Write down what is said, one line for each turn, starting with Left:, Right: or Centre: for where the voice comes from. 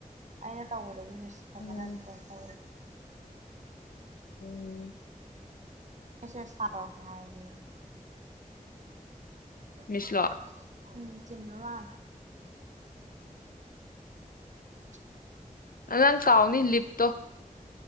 Right: ꯑꯩꯅ ꯇꯧꯕꯗꯗꯤ ꯍꯖꯅ
Left: ꯎꯝ
Right: ꯑꯗꯨ ꯀꯇ
Left: ꯎꯝ
Right: ꯀꯁꯦ ꯆꯗꯔ ꯀ ꯍꯥꯏ
Left: ꯃꯤꯁꯂꯣ
Right: ꯃꯣꯏꯅꯕ ꯎꯝ ꯆꯃ ꯋꯥ ꯎ
Left: ꯑ ꯅꯪ ꯀꯥꯎꯅꯤ ꯂꯤꯞꯇꯣ